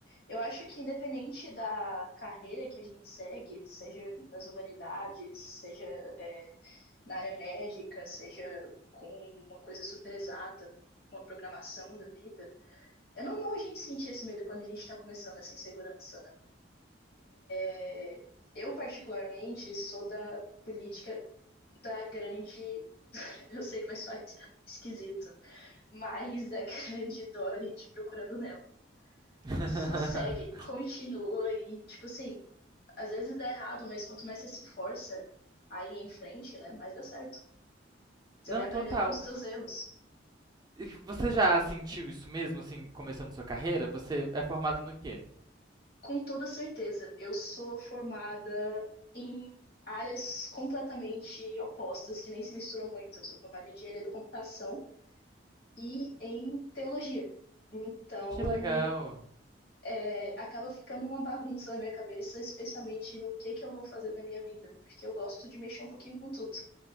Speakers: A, on the left; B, on the right.
A: Eu acho que independente da carreira que a gente segue, seja nas humanidades, seja é, na área médica, seja com uma coisa super exata, uma programação da vida, é normal a gente sentir esse medo quando a gente está começando essa insegurança, né? É, eu, particularmente, sou da política da grande. Eu sei que vai soar esquisito, mas da <laughs> grande Dorothy procurando Nemo.
B: <laughs>
A: Só segue, continua e, tipo assim, às vezes dá errado, mas quanto mais você se força a ir em frente, né, mais dá certo. Você
B: Não,
A: vai aprendendo
B: total.
A: com os teus erros.
B: E você já sentiu isso mesmo, assim, começando sua carreira? Você é formado no quê?
A: Com toda certeza, eu sou formada em áreas completamente opostas, que nem se misturam muito. Eu sou formada em engenharia da computação e em teologia. Então,
B: Que legal.
A: é, acaba ficando uma bagunça na minha cabeça, especialmente no que que eu vou fazer da minha vida, porque eu gosto de mexer um pouquinho com tudo.